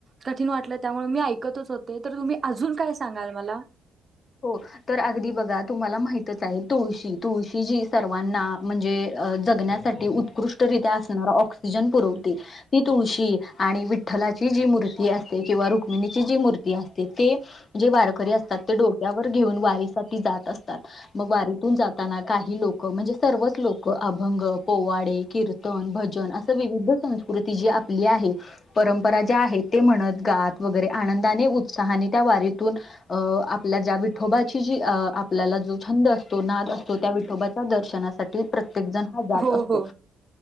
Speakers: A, on the right; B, on the left.
A: क ठीण वाटलं त्या मी ऐकतच होते तर तुम्ही अजून काय सांगाल मला
B: हो तर अगदी बघा तुम्हाला माहितच आहे तुळशी तुळशी जी सर्वांना म्हणजे जगण्यासाठी उत्कृष्टरित्या असणारा ऑक्सिजन पुरवते ती तुळशी आणि विठ्ठलाची जी मूर्ती असते किंवा रुक्मिणीची जी मूर्ती असते ते जे वारकरी असतात ते डोक वर घेऊन वारीसाठी जात असतात मग वारीतून जाताना काही लोक म्हणजे सर्वच लोक अभंग पोवाडे कीर्तन भजन असं विविध संस्कृती जी आपली आहे परंपरा ज्या आहे ते म्हणत गात वगैरे आनंदाने उत्साहाने त्या वारीतून अ आ आपल्या ज्या विठोबाची जी अ आपल्याला जो छंद असतो नाद असतो त्या विठोबाच्या दर्शनासाठी प्रत्य प्रत्येकजण हा जात
A: हो
B: असतो
A: हो